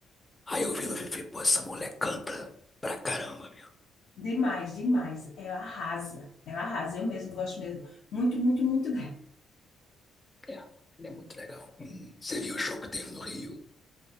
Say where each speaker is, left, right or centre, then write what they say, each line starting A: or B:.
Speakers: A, on the left; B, on the left.
A: Aí eu vi no Fifi, pô, essa mulher canta pra caramba, meu.
B: Demais, demais. Ela arrasa. Ela arrasa. Eu mesmo gosto mesmo. Muito, muito, muito
A: É, ela é muito legal. Hum, Você viu o show que teve no Rio?